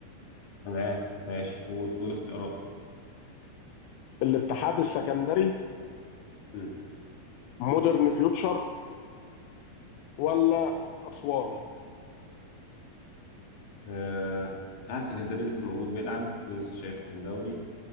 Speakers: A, on the left; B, on the left.
A: تمام ماشي وطول اختيارات
B: الاتحاد السكندري
A: مم.
B: مودرن فيوتشر ولا اسوان
A: آه... اتحاد السكندري لسه موجود بيلعب لسه شايفه في الدوري